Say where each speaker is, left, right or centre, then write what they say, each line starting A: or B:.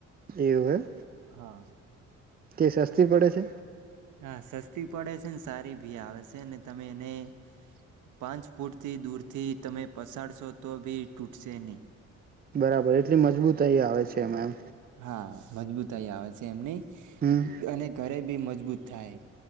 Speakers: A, on the right; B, on the right.
A: એવું
B: હા
A: કે સસ્તી પડે છે
B: હા સસ્તી પડે છે ને સારી ભી આવે છે અનેને તમે એને પાંચ ફૂટથી દૂર થી તમે પસાડશો તો ભી તૂટશે નહી
A: બરાબર એટલી મજબૂત અહીંયા આવે છે ઓકે મેમ
B: હા મજબૂતાઈ આવે છે એમની
A: હમ
B: અને ઘરે બી મજબૂત થાય